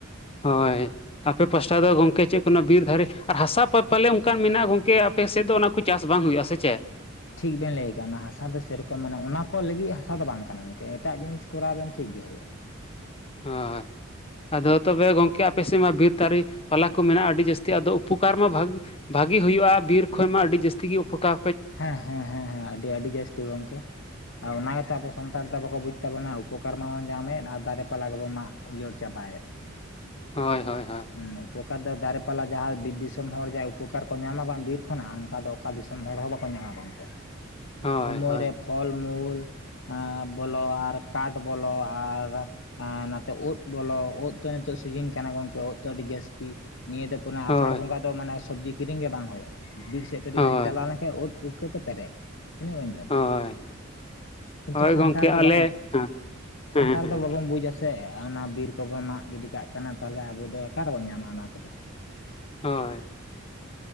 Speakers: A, on the left; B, on the left.
A: ᱦᱳᱭ ᱟᱯᱮ ᱯᱟᱥᱴᱟ ᱫᱚ ᱜᱚᱝᱠᱮ ᱪᱮᱜ ᱠᱚ ᱱᱟ ᱵᱤᱨ ᱫᱷᱟᱨᱮ ᱟᱨ ᱦᱟᱥᱟ ᱯᱟᱼᱯᱟᱞᱮ ᱚᱝᱠᱟᱱ ᱢᱮᱱᱟᱜᱼᱟ ᱜᱚᱝᱠᱮ ᱟᱯᱮ ᱥᱮᱫ ᱫᱚ ᱚᱱᱟ ᱠᱚ ᱪᱟᱥ ᱵᱟᱝ ᱦᱩᱭᱩᱜ ᱟ ᱥᱮ ᱪᱮᱫ
B: ᱴᱷᱤᱠ ᱵᱮᱱ ᱞᱟᱹᱭ ᱠᱟᱫᱼᱟ ᱚᱱᱟ ᱦᱟᱥᱟ ᱫᱚ ᱥᱮᱨᱚᱠᱚᱢ ᱢᱟᱱᱮ ᱚᱱᱟ ᱠᱚ ᱞᱟᱹᱜᱤᱫ ᱦᱟᱥᱟ ᱫᱚ ᱵᱟᱝ ᱠᱟᱱᱟ ᱮᱴᱟᱜ ᱡᱤᱱᱤᱥ ᱠᱚᱨᱟᱣ ᱵᱮᱱ ᱴᱷᱤᱠ ᱜᱮ ᱦᱩᱭᱩᱜᱼᱟ
A: ᱦᱳᱭ ᱟᱫᱚ ᱛᱚᱵᱮ ᱜᱚᱢᱠᱮ ᱟᱯᱮ ᱥᱮᱫ ᱢᱟ ᱵᱤᱨ ᱛᱟᱨᱮ ᱯᱟᱞᱟ ᱠᱚ ᱢᱮᱱᱟᱜᱼᱟ ᱟᱹᱰᱤ ᱡᱟᱹᱥᱛᱤ ᱟᱫᱚ ᱩᱯᱚᱠᱟᱨ ᱢᱟ ᱵᱷᱟ ᱵᱷᱟᱜᱤ ᱦᱩᱭᱩᱜᱼᱟ ᱵᱤᱨ ᱠᱷᱚᱡ ᱢᱟ ᱟᱹᱰᱤ ᱡᱟᱹᱥᱛᱤ ᱜᱮ ᱩᱯᱚᱠᱟ
B: ᱦᱮᱸ ᱦᱮᱸ ᱦᱮᱸ ᱦᱮᱸ ᱟᱹᱰᱤ ᱟᱹᱰᱤ ᱡᱟᱹᱥᱛᱤ ᱜᱚᱝᱠᱮ ᱟᱨ ᱚᱱᱟᱛᱮ ᱟᱵᱚ ᱥᱟᱱᱛᱟᱲ ᱫᱚ ᱵᱟᱠᱚ ᱵᱩᱡ ᱛᱟᱵᱚᱱᱟ ᱩᱯᱚᱠᱟᱨ ᱢᱟᱵᱚᱱ ᱧᱟᱢᱮᱫ ᱟᱨ ᱫᱟᱨᱮ ᱯᱟᱞᱟ ᱜᱮᱵᱚᱱ ᱢᱟᱜ ᱩᱡᱟᱹᱲ ᱪᱟᱵᱟᱭᱮᱫ
A: ᱦᱳᱭ ᱦᱳᱭ ᱦᱳᱭ
B: ᱦᱮᱸ ᱩᱯᱚᱠᱟᱨ ᱫᱚ ᱫᱟᱨᱮ ᱯᱟᱞᱟ ᱡᱟᱦᱟᱸ ᱵᱤᱨ ᱫᱤᱥᱚᱢ ᱦᱚᱲᱟᱭ ᱩᱯᱚᱠᱟᱨ ᱠᱚ ᱧᱟᱢᱟ ᱵᱟᱝ ᱵᱤᱨ ᱠᱷᱚᱱᱟᱜ ᱚᱱᱠᱟ ᱫᱚ ᱚᱠᱟ ᱫᱤᱥᱚᱢ ᱦᱚᱲ ᱦᱚᱸ ᱵᱟᱝ ᱵᱟᱝ ᱠᱚ ᱧᱟᱢᱟ ᱜᱚᱝᱠᱮ
A: ᱦᱳᱭ
B: ᱥᱚᱢᱚᱭ
A: ᱦᱳᱭ
B: ᱨᱮ ᱯᱷᱚᱞ ᱢᱩᱞ ᱟᱨ ᱵᱚᱞᱚ ᱟᱨ ᱠᱟᱴ ᱵᱚᱞᱚ ᱟᱨ ᱱᱟᱛᱮ ᱩᱫ ᱵᱚᱞᱚ ᱩᱫ ᱛᱚ ᱱᱤᱛᱚᱜ ᱥᱤᱡᱤᱱ ᱠᱟᱱᱟ ᱜᱚᱝᱠᱮ ᱩᱫ ᱛᱚ ᱟᱹᱰᱤ ᱡᱟᱹᱥᱛᱤ ᱱᱤᱭᱟᱹ ᱫᱚ ᱚᱱᱟ
A: ᱦᱳᱭ
B: ᱟᱥᱟᱲ ᱵᱚᱸᱜᱟ ᱫᱚ ᱢᱟᱱᱮ ᱥᱚᱵᱽᱡᱤ ᱠᱤᱨᱤᱧ ᱜᱮ ᱵᱟᱝ ᱦᱩᱭᱩᱜ-ᱟ ᱵᱤᱨ ᱥᱮᱫ ᱠᱟᱹᱴᱤᱡ
A: ᱦᱳᱭ
B: ᱵᱮᱱ ᱪᱟᱞᱟᱣ ᱞᱮᱱᱠᱷᱟᱱ ᱩᱫ ᱯᱩᱠᱟ. ᱛᱮ ᱯᱮᱨᱮᱡ ᱛᱤᱱᱟᱹᱜ ᱵᱤᱱ ᱡᱚᱢ
A: ᱦᱳᱭ
B: ᱠᱤᱱᱛᱩ
A: ᱦᱳᱭ
B: ᱥᱟᱱᱛᱟᱲ
A: ᱜᱚᱝᱠᱮ
B: ᱫᱚ
A: ᱟᱞᱮ
B: ᱵᱟᱠᱚ
A: ᱦᱮᱸ
B: ᱥᱟᱱᱛᱟᱲ
A: ᱦᱮᱸ ᱦᱮᱸ
B: ᱫᱚ ᱵᱟᱵᱚᱱ ᱵᱩᱡᱟ ᱥᱮ ᱚᱱᱟ ᱵᱤᱨ ᱠᱚᱵᱚᱱ ᱢᱟᱜ ᱜᱤᱰᱤ ᱠᱟᱜ ᱠᱟᱱᱟ ᱛᱟᱦᱚᱞᱮ ᱟᱵᱚ ᱫᱚ ᱚᱠᱟᱨ ᱨᱮᱵᱚᱱ ᱧᱟᱢᱟ ᱚᱱᱟ ᱠᱚᱫᱚ
A: ᱦᱳᱭ